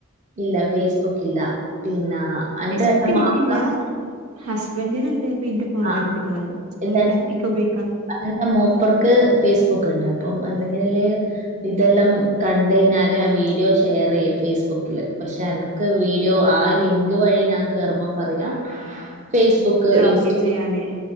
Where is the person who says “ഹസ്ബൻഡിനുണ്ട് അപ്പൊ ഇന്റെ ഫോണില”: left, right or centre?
Right